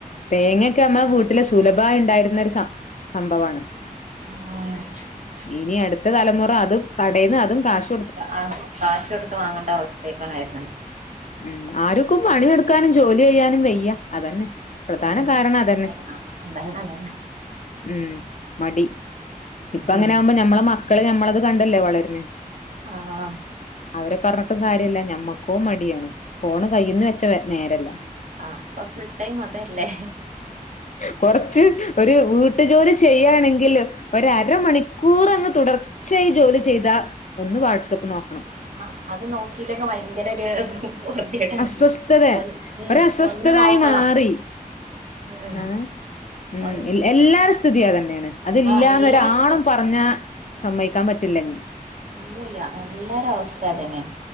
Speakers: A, on the left; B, on the right.
A: തേങ്ങയൊക്കെ നമ്മളെ വീട്ടിലെ സുലഭായി ഇണ്ടായിരുന്നൊരു സ സംഭവാണ്.
B: <unintelligible>
A: ഇനി അടുത്ത തലമുറ അത് കടേന്ന് അതും കാഷ്
B: കാ ആഹ് കാശ് കൊട്ത്ത് വാങ്ങണ്ട അവസ്ഥയക്കാണായിരുന്ന്
A: ഉം ആര്ക്കും പണിയെടുക്കാനും ജോലി ചെയ്യാനും വെയ്യാ അതന്നെ പ്രധാന
B: അതന്നെ
A: കാരണം അതന്നെ
B: <unintelligible> അതന്നെ അതന്നെ
A: ഉം മടി ഇപ്പ അങ്ങനെ
B: ഉം
A: ആവുമ്പോ ഞമ്മളെ മക്കള് ഞമ്മളത് കണ്ടല്ലേ വളരണ്
B: ആഹ്
A: അവരെ പറഞ്ഞിട്ടും കാര്യല്ലാ ഞമ്മക്കോ മടിയാണ് ഫോണ് കൈയ്യ്ന്ന് വെച്ച വെ നേരെല്ലാ
B: ആഹ് ഇപ്പം ഫുൾ ടൈം അതല്ലേ
A: കൊറച്ച് ഒര് വീട്ടു ജോലി ചെയ്യാണെങ്കില് ഒരര മണിക്കൂറ് അങ്ങ് തുടർച്ചയായി ജോലി ചെയ്താ ഒന്ന് വാട്സപ്പ് നോക്കണം
B: ആഹ് അത് നോക്കില്ലെങ്ക് ഭയങ്കര ഒര് പൊറ്തി കേടാണ്
A: അസ്വസ്ഥത
B: ഒൻ ഉം
A: ഒരസ്വസ്ഥതായി
B: ഒന്ന് നോക്കണം
A: മാറി
B: ഉം
A: ആഹ് ഉം
B: ഒന്ന്
A: എൽ എല്ലാരേം
B: ഉം
A: സ്ഥിതി അതെന്നെയാണ് അതില്ലാന്ന്
B: ആഹ് എല്ലായിടത്തും
A: ഒരാളും പറഞ്ഞാ സമ്മയിക്കാൻ പറ്റില്ലെന്നി
B: ഇല്ല ഇല്ല എല്ലാരെ അവസ്ഥേം അതെന്നെയാ